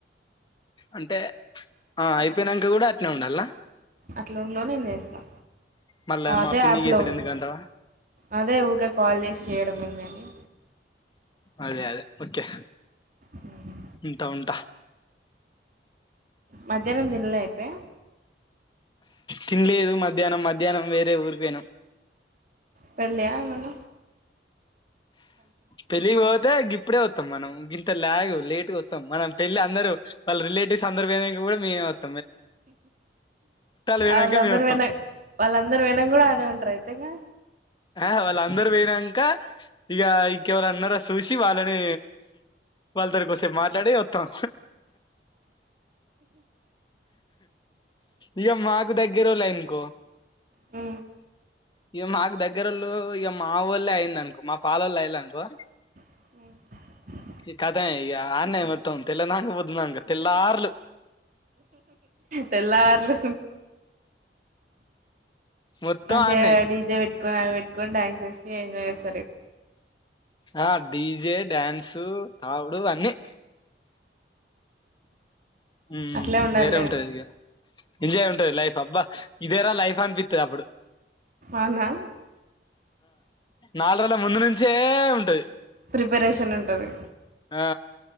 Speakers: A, on the left; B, on the right.
A: అంటే ఆ అయిపోయినంక కూడా అట్నే ఉండల్నా?
B: అట్లొండో నేను చేస్తా.
A: మళ్ళా
B: అదే
A: మా పిన్ని
B: యాప్లో
A: చేసుడు
B: ఉండు
A: ఎందుకంటావా?
B: అదే ఊకే కాల్ చేసి చేయడం ఏందని
A: అదే అదే ఓకే
B: హ్మ్.
A: ఉంటా ఉంటా
B: మధ్యానం దిన్లే అయితే
A: తిన్లేదు మధ్యానం మధ్యానం వేరే ఊరికి పొయినాం
B: పెళ్ళియామన్న?
A: పెళ్ళికి పోతే గిప్డే వ మనం గింత లాగు లేట్గా వత్తాం మనం పెళ్లి అందరు వాళ్ళ రిలేటివ్స్ అందరు పోయినంక కూడా మేమే వత్ పోయినంక
B: ఆళ్ళందరు
A: మేము వత్తాం
B: పొయినం వాళ్ళందరూ పొయినంక కూడా ఆడే ఉంటారు అంతేగా
A: ఆ వాళ్ళందరూ పొయినంక ఇక ఇకెవరన్నర సూసి వాళ్ళని వాళ్ళతోటి కాసేపు మాట్లాడి వత్తాం ఇక మాకు దగ్గరోల్లే అనుకో
B: మ్
A: ఇక మాకు దగ్గరోళ్ళు ఇక మావోళ్ళయిందనుకో మా పాలోళ్ళు అయ్యిల్లనుకో
B: ఉ
A: ఈ కథ ఇక ఆడ్నే మొత్తం తెల్ల నాంగ పోద్దున్నాంగ తెల్లార్లు
B: తెల్లార్లు
A: మొత్తం
B: మంచిగా
A: ఆన్నే
B: డీజే పెట్కొ అది పెట్కొ డ్యాన్స్ చేసి ఎంజాయ్ చేస్
A: ఆ డీజే డ్యాన్సు తావుడు అన్నీ ఉమ్
B: అట్లే
A: ఉమ్ ఉ
B: ఉండాలిలే
A: వేరే ఉంటాది ఇగ ఎంజాయ్ ఉంటది లైఫ్ అబ్బా ఇదేరా లైఫ్ అనిపిత్తది అప్పుడు
B: అవునా?
A: నాల్రోజుల ముందు నుంచే ఉంటది
B: ప్రిపరేషన్ ఉంటది
A: ఆ